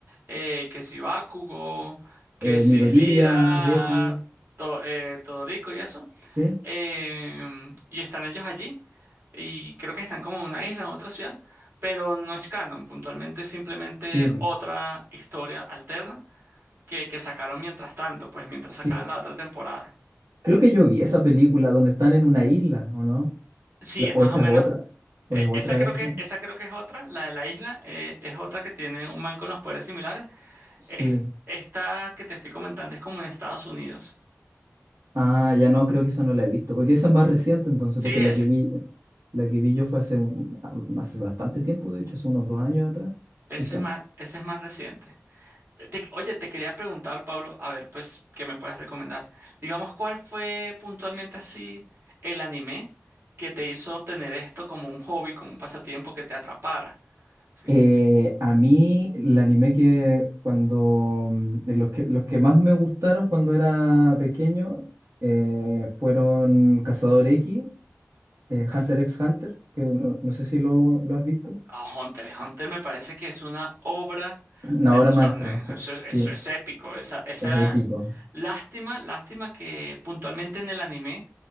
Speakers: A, on the right; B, on the right.
A: eh, que si Bakugo, que
B: Eh,
A: si
B: Midoriya,
A: Lida,
B: Deku,
A: To- eh, Todoroki y eso.
B: ¿sí?
A: Em, y están ellos allí. y creo que están como en una isla, en otra ciudad, pero no es canon, puntualmente es simplemente
B: Sí, po,
A: otra historia alterna que, que sacaron mientras tanto, pues mientras sacaban
B: sí.
A: la otra temporada.
B: Creo que yo vi esa película donde están en una isla, ¿o no?
A: Sí,
B: La-
A: es
B: o
A: más
B: esa
A: o menos,
B: es otra, o
A: eh,
B: es otra
A: esa creo
B: esa.
A: que, esa creo que es otra, la de la isla, eh, es otra que tiene un man con los poderes similares.
B: Sí.
A: Es- esta que te estoy comentando es como en Estados Unidos.
B: Ah, ya no, creo que esa no la he visto, porque esa es más reciente entonces,
A: Sí,
B: porque la
A: ese,
B: que vi, la que vi yo fue hace, un- hace bastante tiempo, de hecho, hace unos dos años atrás,
A: ese
B: quizás.
A: es más, ese es más reciente. Te- te- oye, te quería preguntar, Pablo, a ver, pues, ¿qué me puedes recomendar? Digamos, ¿cuál fue puntualmente así el anime que te hizo tener esto como un hobby, como un pasatiempo que te atrapara? Así
B: Eh,
A: que me
B: a mí el anime que cuando mm, de los que los que más me gustaron cuando era pequeño eh, fueron Cazador X, eh,
A: digas,
B: Hunter x Hunter, que no, no sé si lo, lo has visto.
A: "Oh, Hunter, x Hunter me parece que es una obra
B: <clears throat> Una
A: del
B: obra
A: shonen.
B: maestra, sí,
A: Eso, es
B: sí,
A: eso es épico. Esa, esa
B: es épico.
A: lástima, lástima que puntualmente en el anime